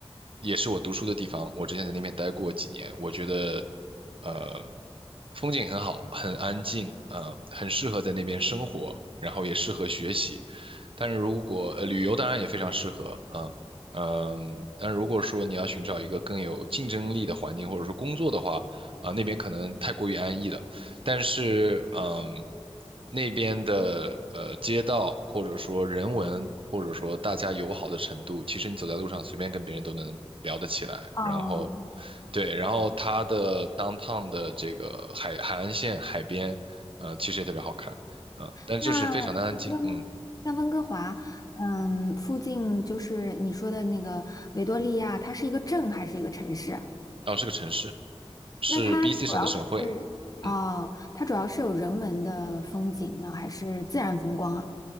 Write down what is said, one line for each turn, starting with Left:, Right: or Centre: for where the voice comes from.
Right: 也是我读书的地方，我之前在那边待过几年，我觉得呃风景很好，很安静，呃，很适合在那边生活，然后也适合学习。但是如果呃旅游当然也非常适合，啊，嗯，但如果说你要寻找一个更有竞争力的环境，或者说工作的话，啊、那边可能太过于安逸了。但是嗯，那边的呃街道或者说人文或者说大家友好的程度，其实你走在路上随便跟别人都能聊得起来，
Left: 哦，
Right: 然后。对，然后它的 downtown 的这个海海岸线海边，呃，其实也特别好看，呃，但就是非常的安静，
Left: 那温那温哥华，
Right: 嗯。
Left: 嗯，附近就是你说的那个维多利亚，它是一个镇还是一个城市啊？
Right: 然后是个城市，是
Left: 那它主要是哦，
Right: BC 省的省会。嗯，
Left: 它主要是有人文的风景呢，还是自然风光啊？